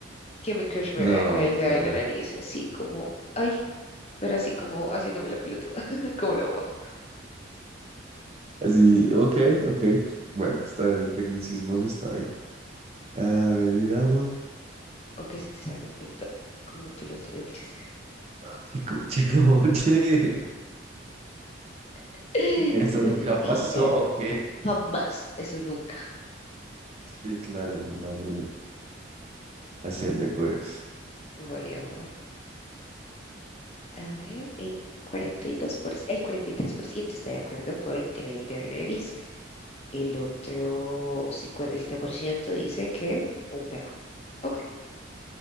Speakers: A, on the left; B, on the right.
A: Que mi crush me vea
B: No,
A: con el dedo
B: fa.
A: en la nariz, así como, ay, pero así como haciéndome la pelotuda, <laughs> como la boba.
B: Así, ok, ok. Bueno, está bien, en tecnicismos está bien. A ver, miramos.
A: O que se te salga un peito, como tú lo tienes.
B: Ah, qué coche, <laughs> oye.
A: <laughs> Sus
B: Eso nunca
A: mentiras.
B: pasó, ok.
A: Jamás. Eso nunca.
B: Sí, claro, me imagino. Hacerle, pues,
A: Voy a ver. A ver, el 42%, el 43% está de acuerdo con tener el dedo en la nariz. El otro 57% dice que un pego. Ok.